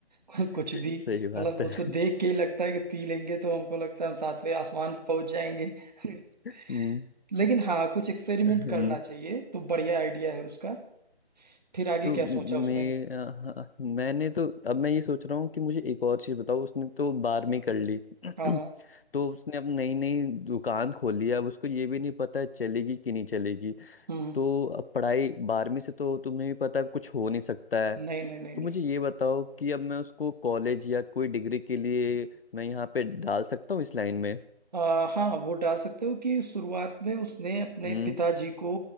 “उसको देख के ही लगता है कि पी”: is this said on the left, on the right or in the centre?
Right